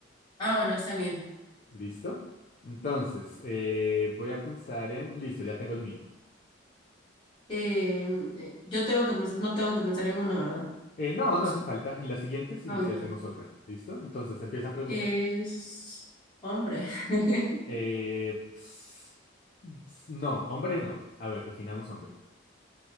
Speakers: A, on the left; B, on the left.
A: Ah, bueno, está bien.
B: Listo. Entonces, eh, voy a pensar en... Listo, ya tengo el mío.
A: Eh, eh, yo tengo que pens- no tengo que pensar en uno, ¿verdad?
B: Eh, no,
A: O
B: no
A: sí.
B: hace falta. En la siguiente sí,
A: Ah, bueno.
B: sí hacemos otra. ¿Listo? Entonces empieza a preguntar.
A: Es hombre. <laughs>
B: Eh, ps- ps- no, hombre no. A ver, definamos hombre.